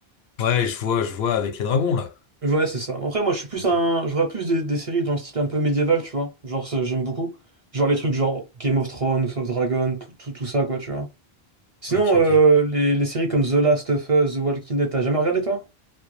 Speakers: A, on the left; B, on the right.
A: Ouais, je vois, je vois avec les dragons là.
B: Ouais, c'est ça. Après, moi, je suis plus
A: Ok,
B: un. Je regarde plus des, des séries dans le style un peu médiéval, tu vois. Genre, ça, j'aime beaucoup. Genre les trucs genre Game of Thrones, House of Dragon, tout, tout, tout ça, quoi, tu vois. Sinon,
A: ok, ok.
B: euh, les, les séries comme The Last of Us, The Walking Dead, t'as jamais regardé, toi?